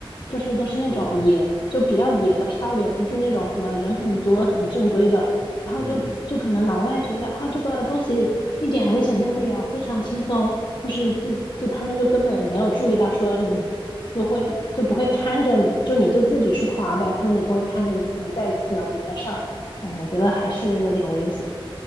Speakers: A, on the left; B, on the left.
A: 就是都是那种野，
B: 嗯，
A: 就比较野的漂流，不是那种什么人很多很正规的，
B: 哦，
A: 然后就就可能老外觉得啊这个东西一点危险都没有，
B: 嗯。
A: 非常轻松，就是就就他们就根本没有注意到说你就会就不会看着你，就你就自己去滑呗，他们也不会看着你，可能在搞别的事儿，嗯，我觉得还是有点危险。